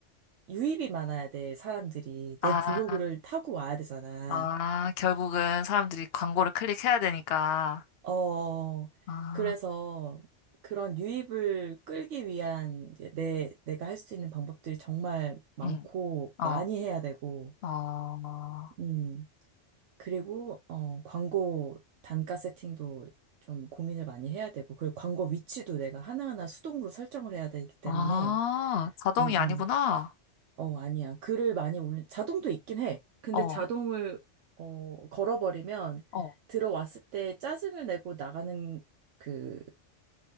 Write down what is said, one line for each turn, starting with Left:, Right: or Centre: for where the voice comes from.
Right: 유입이 많아야 돼, 사람들이.
Left: 아.
Right: 내 블로그를 타고 와야 되잖아.
Left: 아, 결국은 사람들이 광고를 클릭해야 되니까.
Right: 어,
Left: 아,
Right: 그래서 그런 유입을 끌기 위한 이제 내, 내가 할 수 있는 방법들이 정말 많고
Left: 응, 어,
Right: 많이 해야 되고,
Left: 어,
Right: 음, 그리고, 어, 광고 단가 세팅도 좀 고민을 많이 해야 되고, 그리고 광고 위치도 내가 하나하나 수동으로 설정을 해야 되기 때문에,
Left: 아, 자동이
Right: 음,
Left: 아니구나.
Right: 음, 어, 아니야. 글을 많이 올린, 자동도 있긴 해. 근데
Left: 어,
Right: 자동을, 어, 걸어버리면
Left: 어,
Right: 들어왔을 때 짜증을 내고 나가는 그,